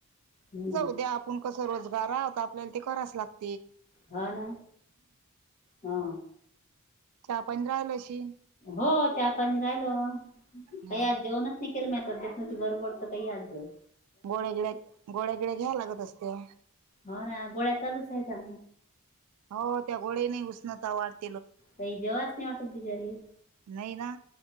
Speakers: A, on the left; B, on the right.
A: हम्म
B: जाऊ द्या आपण कसं रोजगार आहोत आपल्याला ते कराच लागत.
A: हो ना ह.
B: चहा पंधराल अशी
A: हो चार पाणी राहिल
B: ह
A: काही आज जेवणच नि केेल मत म्ह बरोबर तर काही आज जास
B: गोळ्या गिड्या गोळ्यागिड्या घ्या लागत असत्या.
A: होा ना गोळ्या चालूच आहे का?
B: हो त्या घोडे्या नाही उषणता वाटते.
A: काही जेव्हाच नाही वाटत बिचारी
B: नाही ना